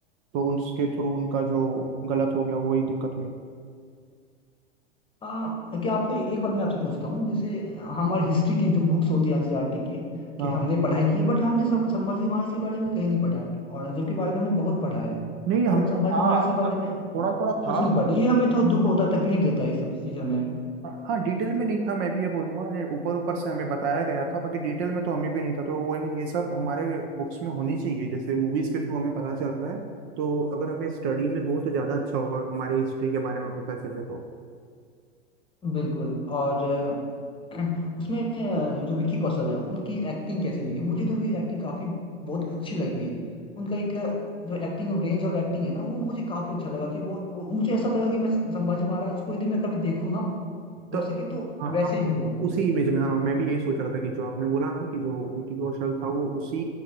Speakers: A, on the right; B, on the left.
A: तो उसके थ्रू उनका जो गलत हो गया वही दिक्कत हुई
B: आ, क्या आपको ए- एक बात मैं आपसे पूछता हूँ जैसे हमारे हिस्ट्री की जो बुक्स होती है एनसीईआरटी के
A: हाँ
B: कि हमने पढ़ाई की है बट हमने सं- संभाजी महाराज के बारे में कहीं नहीं पढ़ा है औरंगजेब के बारे में हमने बहुत पढ़ा है
A: नहीं हमको
B: बट संभाजी
A: था
B: महाराज के बारे
A: थोड़ा
B: में
A: थोड़ा
B: कुछ
A: था
B: नहीं पढ़ा ये हमें तो दुख होता है तकलीफ देता है ये सब चीज़ हमें
A: हाँ हाँ डिटेल में नहीं था मैं भी ये बोलूंगा ये ऊपर ऊपर से हमें बताया गया था बाकी डिटेल में तो हमें भी नहीं था तो वो नहीं ये सब हमारे बुक्स में होनी चाहिए जैसे मूवीज के थ्रू हमें पता चल रहा है तो अगर हमें स्टडी में हो तो ज़्यादा अच्छा होगा हमारी हिस्ट्री के बारे में पता चले तो
B: बिल्कुल और अ, <clears throat> उसमें अ, जो विकी कौशल है उनकी एक्टिंग कैसे लगी मुझे तो उनकी एक्टिंग काफी बहुत अच्छी लगी उनका एक अ, जो एक्टिंग रेंज ऑफ एक्टिंग है ना वो मुझे काफी अच्छा लगा कि वो, वो मुझे ऐसा लगा कि मैं संभाजी महाराज को यदि मैं कभी देखूँ ना
A: तो
B: हो सके तो
A: हाँ
B: वैसे
A: आपको
B: ही हूँ वो
A: उसी इमेज में हाँ मैं भी यही सोच रहा था कि जो आपने बोला ना कि जो विकी कौशल था वो उसी